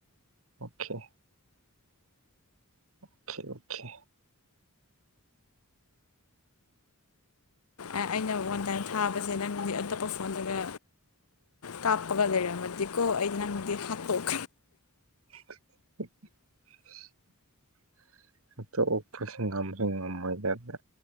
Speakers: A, on the right; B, on the left.
A: ꯑꯣꯀꯦ ꯑꯣꯀꯦ ꯑꯣꯀꯦ
B: ꯑꯩꯅ ꯋꯥꯟꯕ ꯇꯥꯏꯝ ꯊꯥꯕꯁꯦ ꯅꯪꯗꯤ ꯑꯇꯣꯞꯄ ꯐꯣꯟꯗꯒ ꯀꯥꯞꯄꯒ ꯂꯩꯔꯝꯃꯗꯤꯀꯣ ꯑꯩꯩꯅ ꯅꯪꯗꯤ ꯍꯥꯠꯇꯣꯛ
A: <inaudible> ꯍꯥꯠꯇꯣꯛꯎ ꯄꯁꯨ ꯉꯝꯁꯨ ꯉꯝꯃꯣꯏꯗꯕꯗ